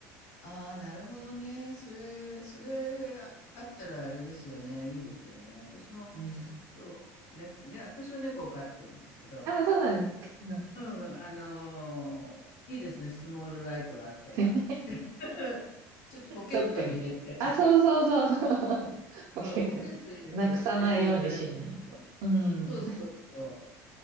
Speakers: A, on the left; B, on the right.
A: ああ、なるほどね。それ、それああったらあれですよね。いいですよね。私も、
B: うん。
A: そう、ね、ね、私は猫を飼ってるんですけど、
B: あ、そうなんですか。うん
A: うん、あのーいいですね。スモールライトがあったら。
B: <laughs>
A: <laughs> ちょっとポケットに入れて、
B: どっかに。あ、そうそうそうそう。<laughs> オッケーなくさないようにしないと。
A: うん、ポケットに入れて連れて行かれます。
B: うん。
A: そうそうそう。